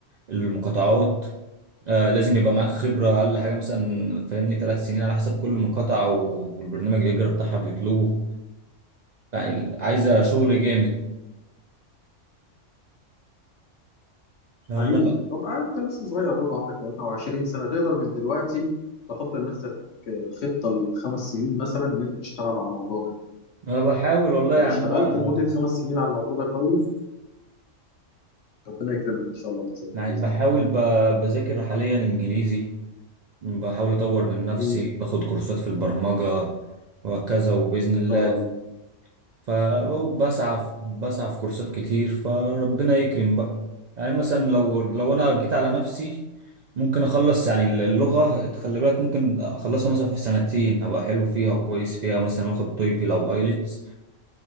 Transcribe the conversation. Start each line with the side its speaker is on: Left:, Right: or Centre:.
Right: المقاطعات آه لازم يبقى معاك خبرة اقل
Left: جدا
Right: حاجة مثلا فاهمني ثلاث سنين على حسب كل مقاطعة و- والبرنامج الهجرة بتاعها بيطلبه يعني عايزة شغل جامد يعني
Left: حقيقي
Right: انا
Left: طب آه، انت لسه صغير برضه عندك 23 سنة تقدر من دلوقتي تحط لنفسك آه، خطة لخمس سنين مثلا ان انت تشتغل على الموضوع ده
Right: انا بحاول والله يعني
Left: لو اشتغلت
Right: انا
Left: لمدة خمس سنين على الموضوع ده كويس ربنا يكرمك ان شاء الله وتسافر
Right: يعني
Left: بإذن
Right: بحاول
Left: الله
Right: ب... بذاكر حاليا انجليزي بحاول اطور من نفسي
Left: مم.
Right: باخد كورسات في البرمجة وهكذا وبإذن الله
Left: برافو عليك
Right: فبسعى في- بسعى في كورسات كتير فربنا يكرم بقى يعني مثلا لو لو انا جيت على نفسي ممكن اخلص يعني اللغة تخلي بالك ممكن اخلصها مثلا في سنتين ابقى حلو فيها وكويس فيها مثلا واخد تويفل او ايلتس